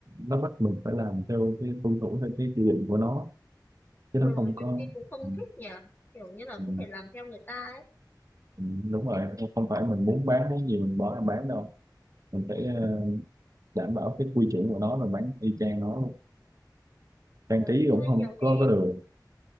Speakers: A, on the right; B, on the left.
A: nó bắt mình phải làm theo cái tuân thủ theo cái quy định của nó chứ nó
B: ừ,
A: không có
B: nhiều khi cũng không
A: ừ,
B: thích nhỉ kiểu như là
A: ừ,
B: cũng phải làm theo người ta ấy
A: Ừm, đúng rồi không không phải mình muốn bán cái gì mình bỏ ra bán đâu mình phải ờ, đảm bảo cái quy chuẩn của nó rồi bán y chang nó luôn trang
B: ừ,
A: trí
B: tôi
A: cũng không
B: nhiều
A: có
B: khi
A: có được